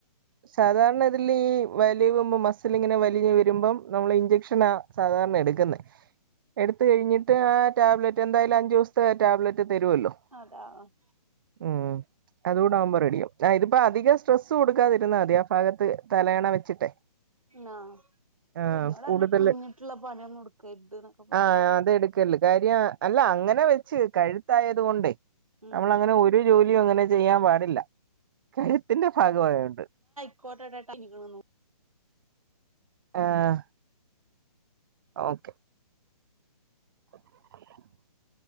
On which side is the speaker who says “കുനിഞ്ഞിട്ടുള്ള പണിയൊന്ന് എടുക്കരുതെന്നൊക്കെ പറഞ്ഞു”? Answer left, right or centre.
Right